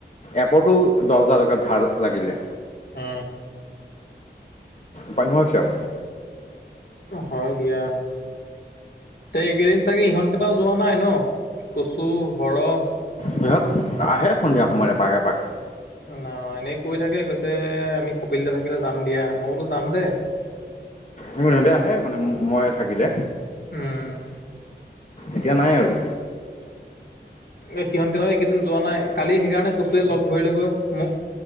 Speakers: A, on the left; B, on the left.
A: এপতো দহ হাজাৰ টকা ধাৰ লাগিলে।
B: অ।
A: পাম্য হৈছে আও।
B: হয় দিয়া। তে এইকেইদিন চাগে ইহঁতকেইটাও যোৱা নাই ন, কচু, সৰহ?
A: সিহঁত আহে সন্ধিয়া সময়ত এপাক এপাক।
B: ন এনেই কৈ থাকে কৈছে, আমি কপিল দা থাকিলে যাম দিয়া, মই বোলো যাম দে।
A: উম সিহঁতে আহে মানে মই থাকিলে।
B: উম।
A: এতিয়া নাই আৰু।
B: এ সিহঁত কেইটা লগত এই কেইদিন যোৱা নাই, কালি সেইকাৰণে কচুয়ে লগ ধৰিলেগৈ মোক।